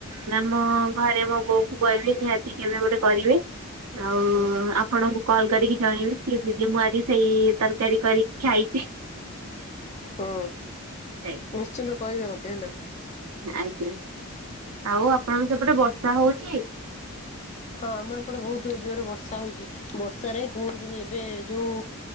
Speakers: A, on the right (about 80°); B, on the left (about 30°).
A: ନା ମୋ ଘରେ ମୋ ବୋଉ କୁ କହିବି ନିହାତି କେବେ ଗୋଟେ କରିବେ ଆଉ
B: ହୁଁ
A: ଆପଣଙ୍କୁ କଲ କରିକି ଜଣେଇବି କିି ଦି ମୁଁ ଆଜି ସେଇ ତରକାରୀ କରିକି ଖାଇଛି।
B: ହୁଁ
A: ଆଜ୍ଞା
B: ନିଶ୍ଚିନ୍ତ କହିବେ ମତେ ହେଲା।
A: ଆଜ୍ଞା ଆଉ ଆପଣଙ୍କ ସେପଟେ ବର୍ଷା ହଉଛି?
B: ହଁ ଆମ ଏପଟେ ବହୁତ ଜୋରରେ ବର୍ଷା ହଉଛି। ବର୍ଷାରେ କୁହନ୍ତୁନି ଏବେ ଯୋଉ